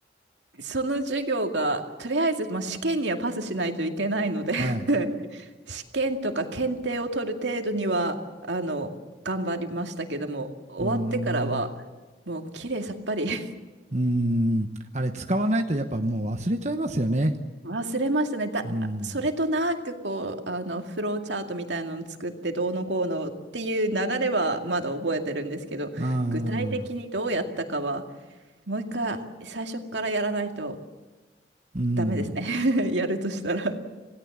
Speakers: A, on the right (about 80°); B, on the right (about 40°).
A: その授業が、とりあえず、まあ、試験にはパスしないといけないので
B: はい。
A: <laughs> 試験とか検定を取る程度には、あの、頑張りましたけども、終わってからは、
B: うーん。
A: もう綺麗さっぱり <laughs>
B: うーん。あれ、使わないとやっぱもう忘れちゃいますよね。
A: 忘れましたね。だ、
B: うん。
A: それとなく、こう、あの、フローチャートみたいなのを作って、どうのこうのっていう流れはまだ覚えてるんですけど、
B: あ
A: 具体的にどうやったかは、
B: あ、
A: もう一回、最初からやらないと
B: うん。
A: ダメですね <laughs> やるとしたら